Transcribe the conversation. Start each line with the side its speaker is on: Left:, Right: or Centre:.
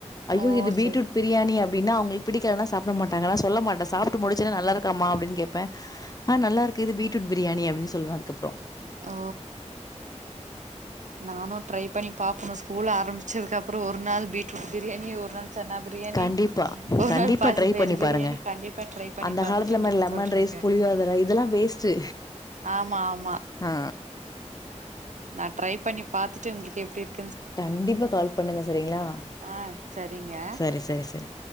Left: ஐயோ
Right: ஓ
Left: இது பீட்ரூட்
Right: செரி
Left: பிரியாணி அப் டின்னா அவுங்களுக்கு பிடிக்கலன்னா சாப்ட மாட்டங்க நா சொல்லமாட்டே சாப்ட்டு முடிச்ச ஒன்னே நல்லா இருக்காமா அப்டின்னு கேப் பே ஆ நல்லா இருக்கு இது பீட் ரூட் பிரியாணி அப்டின்னு சொல்லுவே அதுக்கப்பறோ
Right: ஓ நானு ட்ரை பண்ணி பாக்ணு ஸ்கூல் ஆரம்பிச்சதுக்கு அப்பறோ ஒரு நாள் பீட்ரூட் பிரியாணி ஒரு நாள் சென்னா பிரியாணி
Left: கண்டிப்பா.
Right: ஒரு
Left: கண்டிப்பா
Right: நாள் பாசிப்பயிறு
Left: ட்ரை பண்ணி
Right: பிரியாணி
Left: பாருங்க.
Right: கண்டிப்பா ட்ரை பண்ணி
Left: அந்த
Right: பாத்துட்டு
Left: காலத்துல
Right: உங்களுக்கு
Left: மாரி லெமன்
Right: சொல்றேங்க
Left: ரைஸ், புளியோதரை இதெல்லாம் வேஸ்ட்டு.
Right: ஆமா ஆமா
Left: ஆ.
Right: நா ட்ரை பண்ணி பாத்துட் டு உங்குளுக்கு எப்புடி இருக்
Left: கண்டிப்பா கால் பண்ணுங்க செரிங்களா
Right: ஆ சரிங்க
Left: செரி செரி செரி